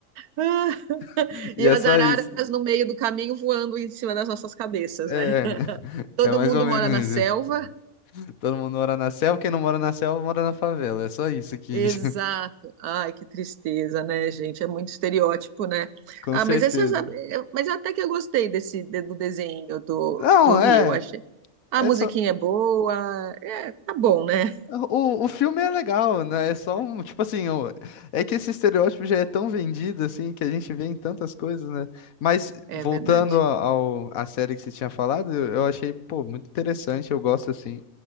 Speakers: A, on the right; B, on the left.
A: Ah,
B: <laughs> e
A: e
B: é
A: as
B: só
A: araras
B: isso.
A: no meio do caminho voando em cima das nossas cabeças,
B: É,
A: né?
B: <laughs>
A: Todo
B: é mais
A: mundo
B: ou menos
A: mora na selva.
B: isso. Todo mundo mora na selva, quem não mora na selva mora na favela. É só isso aqui,
A: Exato.
B: <laughs>
A: Ai, que tristeza, né, gente? É muito estereótipo, né?
B: com
A: Ah,
B: certeza.
A: mas essas, mas até que eu gostei desse do desenho do,
B: Não,
A: do Rio.
B: é.
A: Achei. A
B: É
A: musiquinha
B: só.
A: é boa. É, tá bom, né?
B: O, o filme é legal, né? É só um, tipo assim, o- é que esse estereótipo já é tão vendido, assim, que a gente vê em tantas coisas, né? Mas
A: É,
B: voltando
A: é verdade.
B: a- ao, à série que você tinha falado, eu eu achei, pô, muito interessante, eu gosto, assim,